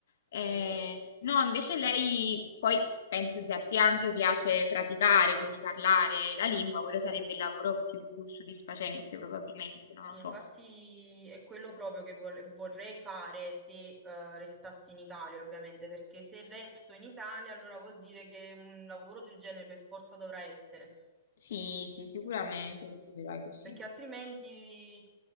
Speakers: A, on the left (about 65°); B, on the right (about 20°).
A: Eh,
B: sì.
A: no, invece lei poi penso se a te anche piace praticare, quindi parlare la lingua, quello sarebbe il lavoro più soddisfacente probabilmente, non lo
B: Infatti
A: so.
B: è quello proprio che vorre- vorrei fare se eh, restassi in Italia, ovviamente, perché se resto in Italia allora vuol dire che un lavoro del genere per forza dovrà essere,
A: Sì, sì, sicuramente lo troverai così.
B: perché altrimenti